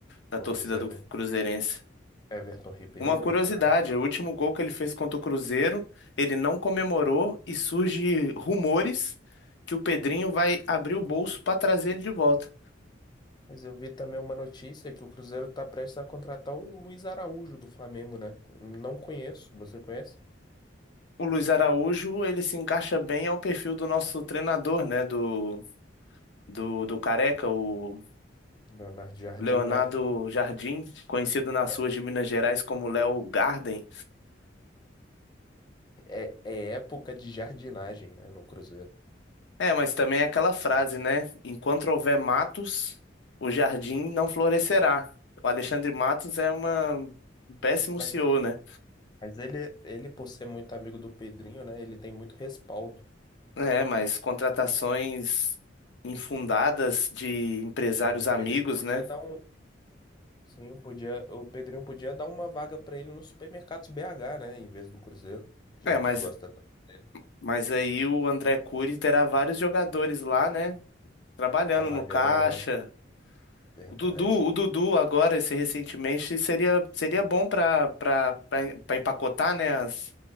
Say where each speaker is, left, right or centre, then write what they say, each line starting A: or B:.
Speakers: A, on the left (about 65°); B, on the left (about 25°).
A: da
B: pois
A: torcida
B: é
A: do Cruzeirense.
B: Everton Ribeiro,
A: Uma curiosidade,
B: craque.
A: o último gol que ele fez contra o Cruzeiro, ele não comemorou e surge rumores que o Pedrinho vai abrir o bolso para trazer ele de volta.
B: Mas eu vi também uma notícia que o Cruzeiro tá prestes a contratar o Luiz Araújo do Flamengo, né? Não conheço, você conhece?
A: O Luiz Araújo, ele se encaixa bem ao perfil do nosso treinador, né, do, do, do Careca, o
B: Leonardo Jardim,
A: Leonardo
B: né?
A: Jardim, conhecido nas
B: É,
A: ruas de Minas Gerais como Léo Garden.
B: é, é época de jardinagem, né, no Cruzeiro.
A: É, mas também é aquela frase, né? Enquanto houver matos, o jardim não florescerá. O Alexandre Matos é uma... um péssimo
B: Mas,
A: CEO, né?
B: mas ele, ele, por ser muito amigo do Pedrinho, né, ele tem muito respaldo.
A: É, mas contratações infundadas de empresários
B: Sim, o
A: amigos,
B: Pedrinho podia
A: né?
B: dar um, sim, o podia, o Pedrinho podia dar uma vaga pra ele nos supermercados BH, né, em vez do Cruzeiro, já
A: É, mas,
B: que gosta tanto dele,
A: mas aí o André Cury terá vários jogadores lá, né? Trabalhando
B: trabalhando,
A: no caixa.
B: né? Verdade.
A: O Dudu, o Dudu agora, esse recentemente, seria, seria bom para para empacotar, né? As...